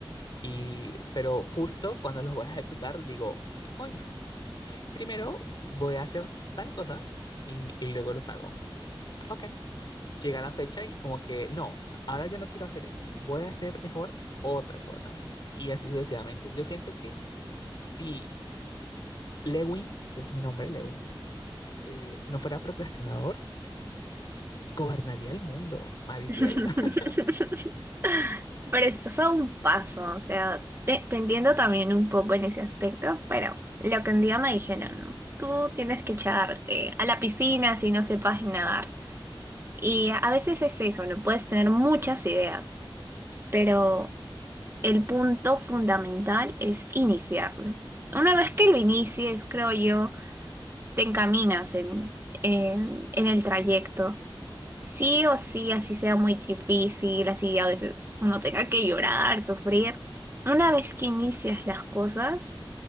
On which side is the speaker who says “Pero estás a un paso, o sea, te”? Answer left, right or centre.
Right